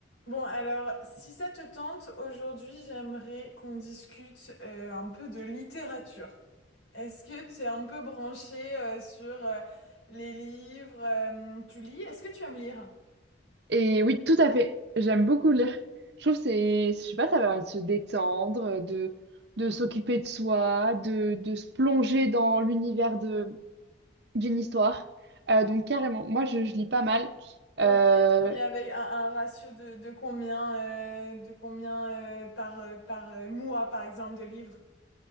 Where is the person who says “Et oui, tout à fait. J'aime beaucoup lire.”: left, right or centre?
Right